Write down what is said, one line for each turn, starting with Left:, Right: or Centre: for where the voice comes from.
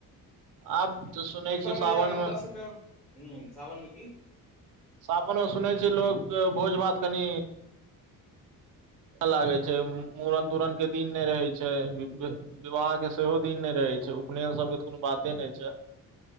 Right: आब तऽ सुनै
Centre: एखन
Right: छियै
Centre: हइया
Right: सावनमे
Centre: हमरा सभके सावनमे कि
Right: सावनमे सुनै छि लोक भोज भात कनि लागै छै मम मूड़न तूड़नक के दिन नहि रहै छै ब विवाहके सेहो दिन नहि रहै छै उपनयन सभके त कोनो बाते नहि छै।